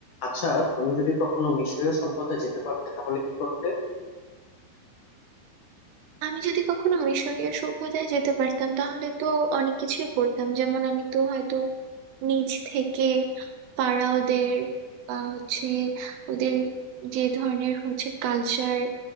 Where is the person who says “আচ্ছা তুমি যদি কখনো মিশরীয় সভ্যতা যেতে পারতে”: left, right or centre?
Left